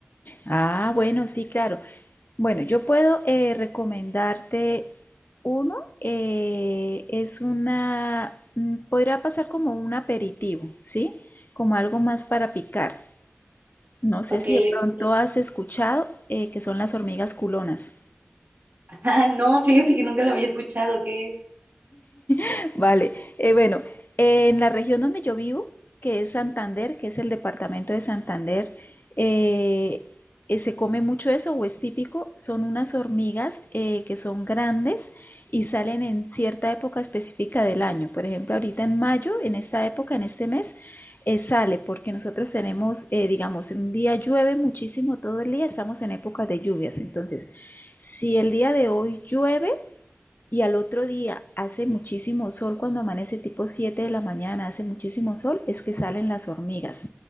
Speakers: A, on the left; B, on the right.
A: Ah, bueno, sí, claro. Bueno, yo puedo eh, recomendarte uno, eh, es una, mm, podrá pasar como un aperitivo, ¿sí? Como algo más para picar. No sé
B: Ok,
A: si de pronto
B: ok. <laughs>
A: has escuchado eh, que son las hormigas culonas.
B: Ah, no, fíjate que nunca lo había escuchado, ¿qué es?
A: <laughs> Vale, eh, bueno, en la región donde yo vivo, que es Santander, que es el departamento de Santander, eh, eh, se come mucho eso o es típico, son unas hormigas eh, que son grandes y salen en cierta época específica del año. Por ejemplo, ahorita en mayo, en esta época, en este mes, eh, sale porque nosotros tenemos, eh, digamos, un día llueve muchísimo todo el día, estamos en época de lluvias. Entonces, si el día de hoy llueve, y al otro día hace muchísimo sol, cuando amanece tipo 7 de la mañana, hace muchísimo sol, es que salen las hormigas.